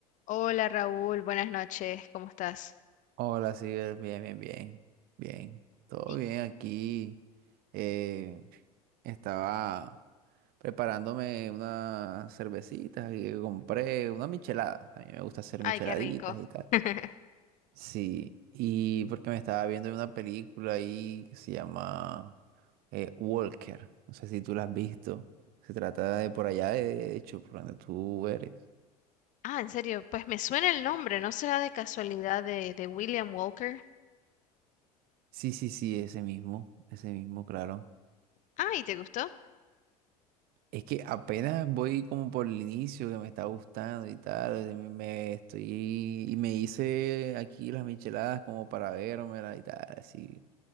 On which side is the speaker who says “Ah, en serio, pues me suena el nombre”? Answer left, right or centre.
Left